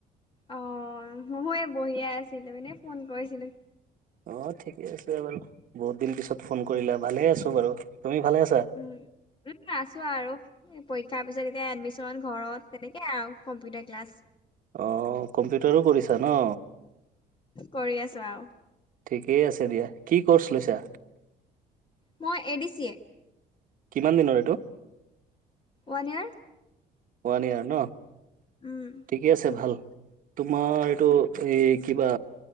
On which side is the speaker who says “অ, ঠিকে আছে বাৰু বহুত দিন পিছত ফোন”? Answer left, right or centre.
Right